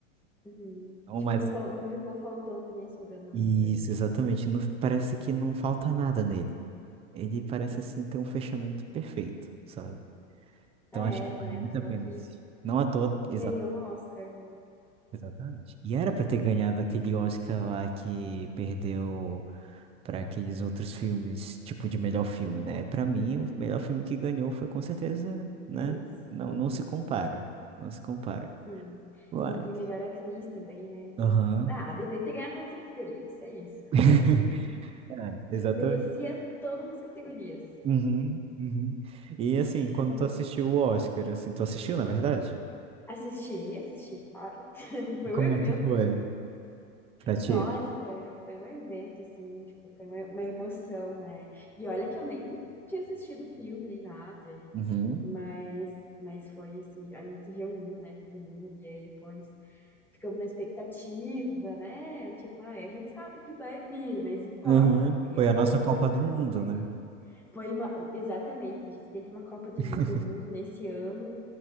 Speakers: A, in the centre; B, on the right.
A: Uhum.
B: Não
A: Tipo,
B: mais
A: não, fal- não ficou faltando e nem sobrando alguma
B: Isso,
A: coisa, né?
B: exatamente. Não, parece que não falta nada nele. Ele parece assim ter um fechamento perfeito, sabe? Então
A: Ah,
B: acho
A: é,
B: que vale
A: não é
B: muito
A: à toa
B: a pena
A: que,
B: assistir. Não à toa,
A: que
B: exa-
A: ganhou o Oscar, né?
B: exatamente. E era pra ter ganhado aquele Oscar lá que perdeu pra aqueles outros filmes, tipo de melhor filme, né? Pra mim, o melhor filme que ganhou foi com certeza, né?
A: Foi isso.
B: Não,
A: Uhum.
B: não se compara. Não se compara.
A: Sim.
B: Uai.
A: E de melhor atriz também, né?
B: Aham.
A: Então, ah, devia ter ganhado todas as categorias, é isso.
B: <laughs> É, exatamente.
A: Merecia todas as categorias.
B: Uhum, uhum. E assim,
A: <laughs>
B: quando tu assistiu o Oscar, assim, tu assistiu, na verdade?
A: Assisti, assisti, claro. <laughs> Foi
B: Como
A: um evento.
B: é que foi pra
A: Nossa,
B: ti?
A: foi, foi um evento, assim, tipo, foi uma, uma emoção, né? E olha que eu nem tinha assistido o filme, nem nada, e,
B: Uhum.
A: mas, mas foi assim, a gente se reuniu, né, todo mundo, e aí depois ficamos na expectativa, né? Tipo, ah, a gente sabe que vai vir, mas e qual
B: Uhum.
A: categoria?
B: Foi a
A: Todas,
B: nossa Copa do
A: ah,
B: Mundo,
A: não sei.
B: né?
A: Foi uma, exatamente, a gente teve uma Copa de,
B: <laughs>
A: Mu- do Mundo nesse ano,